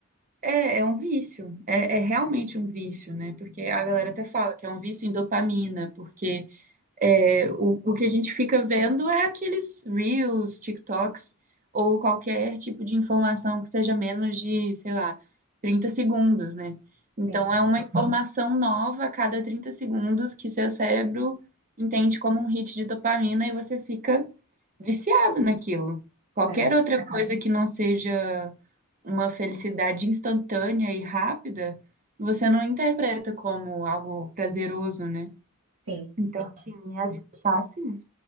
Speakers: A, on the right (about 35°); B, on the right (about 85°).
A: É, é um vício. É, é realmente um vício, né? Porque a galera
B: É,
A: até fala que é um vício em dopamina, porque É, o, o que a gente fica vendo é aqueles Reels, TikToks, ou qualquer tipo de informação que seja menos de, sei lá, 30 segundos, né? Então,
B: sim,
A: é uma informação nova a cada 30 segundos que seu cérebro entende como um hit de dopamina e você fica viciado naquilo. Qualquer
B: é,
A: outra coisa que não seja uma felicidade instantânea e rápida, você não interpreta como algo prazeroso, né?
B: sim.
A: Então tinha de estar assim.